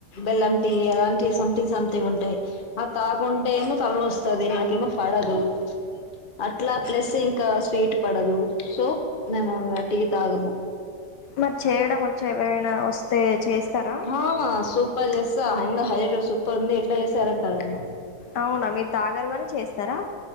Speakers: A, on the left; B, on the left.
A: బెల్లం టీ ఎలాంటి సమ్థింగ్ సమ్థింగ్ ఉంటాయ్ అది తాకుంటేమో తల నొస్తుంది వస్తది నాకేమో పడదు అట్లా ప్లస్ ఇంకా స్వీట్ పడదు సో మేము టీ తాగము
B: మరి చేయడం వచ్చా ఎవరైనా వస్తే చేస్తారా
A: ఆమ సూపర్ జేస్త ఎండ సూపర్ హైలెట్ ఉంది ఇంట్ల జేస్తనే ఉంటా నేను
B: అవునా మీరు తాగరు గాని చేస్తరా